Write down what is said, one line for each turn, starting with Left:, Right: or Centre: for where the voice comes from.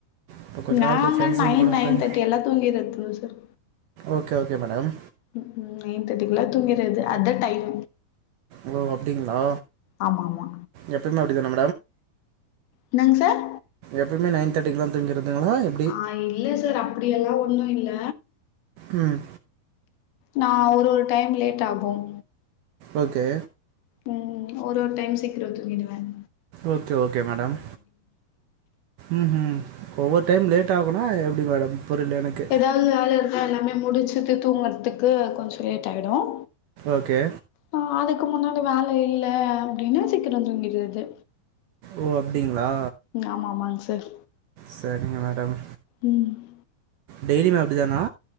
Right: இப்போ கொஞ்ச
Left: நாங்க
Right: நாள் போய் ஃப்ரெண்ட்ஸுங்க
Left: நைன்
Right: கூட
Left: நைன்
Right: போய்
Left: தர்டி எல்லாம் தூங்கிறது சார்
Right: ஓகே ஓகே மேடம்
Left: ம்ம் நைன் தேர்ட்டிக்கு எல்லாம் தூங்கிறது அது தான் டைம்
Right: ஓ அப்படிங்களா
Left: ஆமா ஆமா
Right: எப்பயுமே அப்படி தானே
Left: என்னங்க சார்
Right: எப்பவுமே நைன் தேர்ட்டிகெலாம் தூங்கிறதுங்களா எப்
Left: ஆ இல்ல சார் அப்படி எல்லாம் ஒண்ணும் இல்ல
Right: உம்
Left: நான் ஒரு டைம் லேட் ஆகும்
Right: ஓகே
Left: ம் ஒரு ஒரு டைம் சீக்கிரம் தூங்கிடுவேன்
Right: ஓகே ஓகே மேடம் ம்ஹும் ஒவ்வொரு டைம் லேட் ஆகும்னா எப்படி மேடம் புரியல எனக்கு
Left: அதாவது வேல இருக்க எல்லாமே முடிச்சுட்டு தூங்குறதுக்கு கொஞ்சம் லேட் ஆகிடும்
Right: ஓகே
Left: ஆ அதுக்கு முன்னாடி வேலை இல்ல அப்படின்னா சீக்கிரம் தூங்கிறது
Right: ஓ அப்படிங்களா
Left: ஆமா ஆமாங்க சார்
Right: செரிங்க மேடம்
Left: ம்
Right: டெய்லிமே அப்படி தானா